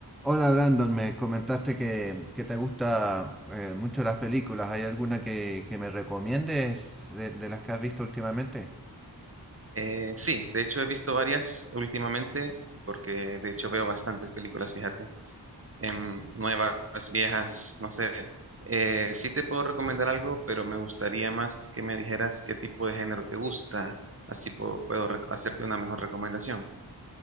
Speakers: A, in the centre; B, on the right.
A: Hola Brandon, me comentaste que, que te gusta eh, mucho las películas. ¿Hay alguna que, que me recomiendes de, de las que has visto últimamente?
B: Eh, sí, de hecho he visto varias últimamente, porque de hecho veo bastantes películas, fíjate, em, nuevas, viejas, no sé. Eh, sí te puedo recomendar algo, pero me gustaría más que me dijeras qué tipo de género te gusta, así puedo, puedo rec- hacerte una mejor recomendación.